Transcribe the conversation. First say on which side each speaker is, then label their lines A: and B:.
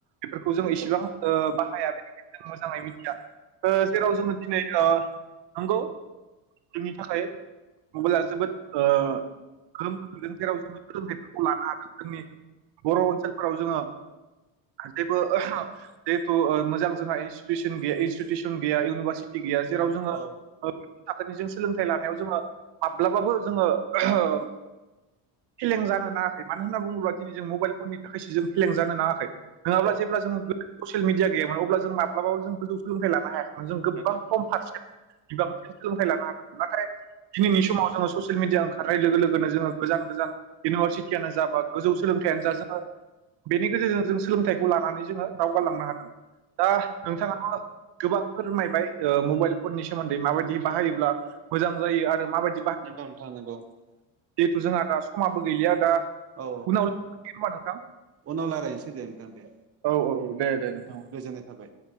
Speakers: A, on the right; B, on the right.
A: बेफोरखौ जों इसेबां ओ बाहाया बेनिखायनो जों मोजाङै मिथिया । ओ जेराव
B: औ
A: जोङो दिनै ओ नोंगौ जोंनि थाखाय मबाइला जोबोद ओ गोहोम खोख्लैदों जेराव जोङो सोलोंथाइफोरखौ लानो हादों जोंनि बर' ओनसोलफ्राव जोङो जेबो जिहेथु मोजां जोंहा इनस्टिटिउसन गैया इनस्टिटिउसन गैया इउनिभारसिटि गैया जेराव जोङो
B: औ
A: थाखोनिजों सोलोंथाइ लानायाव जोङो माब्लाबाबो जोङो फेलें जानो नाङाखै मानो होनना बुङोब्ला दिनै जों मबाइल फननि थाखायसो जों फेलें जानो नाङाखै नोङाब्ला
B: औ
A: जेब्ला जोङो ससियेल मिडिया गैयामोन अब्ला जों माब्लाबाब जों गोजौ सोलोंथाइ लानो हायाखै जों गोबां
B: नंगौ नंगौ
A: खम फारसेन बिबां सोलोंथाइ लानो हादोंमोन नाथाय दिनैनि समाव जोङो ससियेल मिडिया ओंखारनाय लोगो लोगो जोङो गोजान गोजान इउनिभारसिटियानो जा बा गोजौ सोलोंथाइयानो जा जोङो बेनि गेजेरजों जों सोलोंथाइखौ लानानै जोङो दावगालांनो हागोन दा नोंथाङाबो गोबां फोरमायबाय ओ मबाइल फननि सोमोन्दै माबायदि बाहायोब्ला मोजां जायो आरो मा बाय
B: नोंगौ नोंथां नोंगौ ।
A: जिहेथु जोंहा दा समाबो गैलिया दा
B: औ
A: उनाव लोगो मोनसिगोन होनबा नोंथां
B: उनाव रायलायनोसै दे नोंथां दे
A: औ औ औ
B: दे
A: नोंथां
B: गोजोननाय थाबाय ।